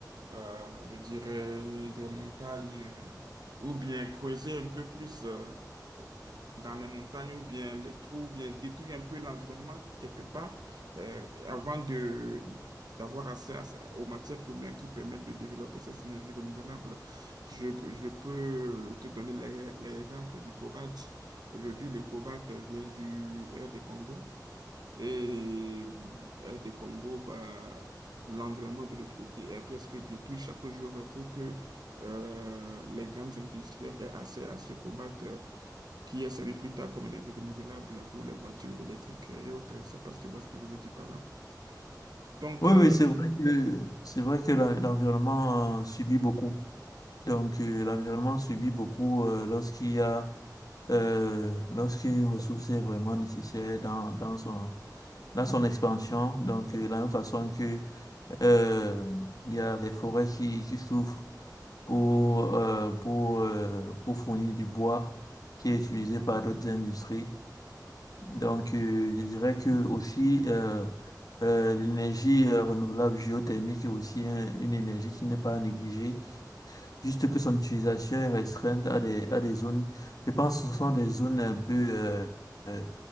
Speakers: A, on the right; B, on the left.
A: euh, je dirais, des montagnes, euh, ou bien creuser un peu plus euh, dans les montagnes, ou bien les trous, ou bien détruire un peu l'environnement quelque part, euh, avant de d'avoir accès à- ces- aux matières premières qui permettent de développer ces énergies renouvelables. Je, je peux te donner l'e- l'exemple du cobalt. Aujourd'hui, le cobalt vient du R des Congo. Et RD Congo, bah, l'environnement de l'autre côté est presque détruit chaque jour pour que euh, les grandes industrielles aient accès à ce cobalt euh, qui est servi plus tard comme énergie renouvelable pour les voitures électriques et autres. Je sais pas si tu vois ce que je veux dire par là. Donc,
B: Oui,
A: euh,
B: oui, c'est vrai que c'est vrai que la- l'environnement euh, subit beaucoup. Donc, euh, l'environnement subit beaucoup euh, lorsqu'il y a euh, lorsqu'une ressource est vraiment nécessaire dans, dans son, dans son expansion. Donc, euh, de la même façon que euh, il y a des forêts qui, qui souffrent pour, euh, pour, euh, pour fournir du bois qui est utilisé par d'autres industries. Donc, euh, je dirais que aussi euh, euh, l'énergie euh, renouvelable géothermique est aussi un- une énergie qui n'est pas négligée Juste que son utilisation est restreinte à des, à des zones, je pense que ce sont des zones un peu euh, euh,